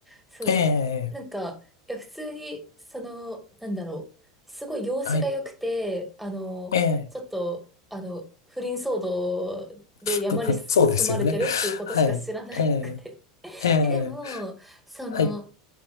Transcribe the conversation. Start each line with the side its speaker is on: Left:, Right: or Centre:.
Centre: そう。
Left: い。ええ
Centre: なんか、いや、普通に、その、なんだろう。すごい容姿が良くて、
Left: はい。
Centre: あの、
Left: ええ
Centre: ちょっと、あの、不倫騒動で山に住まれてるっていうことしか知らなくて。
Left: <laughs> そうですよね。はい。ええ
Centre: <laughs>
Left: ええ
Centre: え、でも、その、
Left: はい。